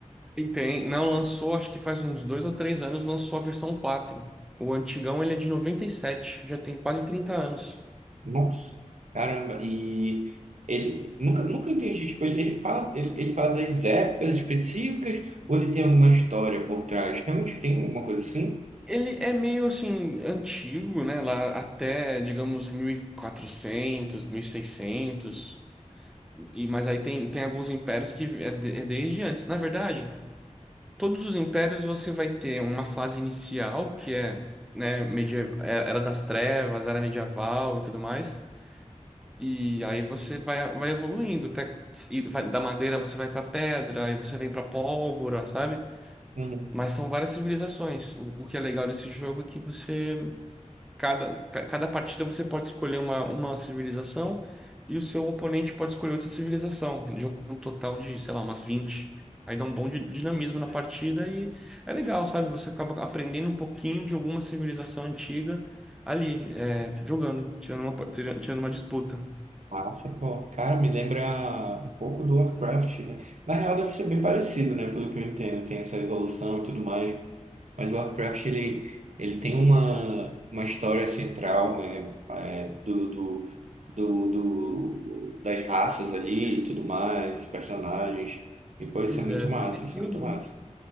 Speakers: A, in the centre; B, on the right.
A: E tem, não lançou, acho que faz uns dois ou três anos, lançou a versão 4. O antigão ele é de 97, já tem quase 30 anos.
B: Nossa, caramba, e ele nunca, nunca entendi, tipo, ele, ele fala, ele, ele fala das épocas específicas ou ele tem alguma história por trás? Realmente tem alguma coisa assim?
A: Ele é meio assim antigo, né? Lá até, digamos, 1400, 1600. E, mas aí tem, tem alguns impérios que é, de- é desde antes. Na verdade, todos os impérios você vai ter uma fase inicial, que é, né, medieval, era das trevas, era medieval e tudo mais. E aí você vai, vai evoluindo, até, e vai- da madeira você vai pra pedra, aí você vem pra pólvora, sabe?
B: Uhum.
A: Mas são várias civilizações. O, o que é legal desse jogo é que você Cada, ca- cada partida você pode escolher uma, uma civilização e o seu oponente pode escolher outra civilização, de um total de, sei lá, umas vinte Aí dá um bom di- dinamismo na partida e é legal, sabe? Você acaba aprendendo um pouquinho de alguma civilização antiga ali, é, jogando, tirando uma, par- tira- tirando uma disputa.
B: Massa, pô, cara, me lembra um pouco do Warcraft, né? Na real deve ser bem parecido, né? Pelo que eu entendo, tem essa evolução e tudo mais. Mas o Warcraft, ele, ele tem uma, uma história central, né? é, do, do, do, do- das raças ali e tudo mais, os personagens. E, pô, isso
A: Pois
B: é muito
A: é, tem
B: massa,
A: até
B: isso
A: filme,
B: é muito
A: né?
B: massa.